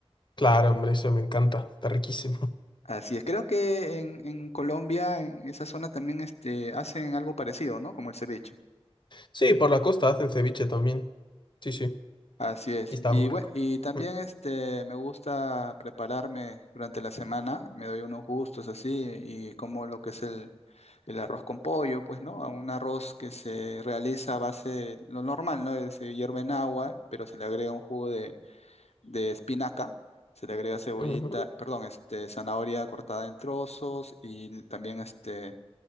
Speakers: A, on the left (about 45°); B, on the left (about 85°).
A: Claro, hombre, eso me encanta, está riquísimo. <laughs>
B: Así es, creo que en, en Colombia, en esa zona también este, hacen algo parecido, ¿no? Como el ceviche.
A: Sí, por la costa hacen ceviche también. Sí, sí,
B: Así es.
A: y está
B: Y
A: muy
B: bueno,
A: rico.
B: y también
A: Mm,
B: este me gusta prepararme durante la semana, me doy unos gustos así y como lo que es el, el arroz con pollo, pues, ¿no? A Un arroz que se realiza a base, lo normal, ¿no? Es, Se hierve en agua, pero se le agrega un jugo de, de espinaca, se le agrega cebollita,
A: ujú.
B: perdón, este, zanahoria cortada en trozos y también este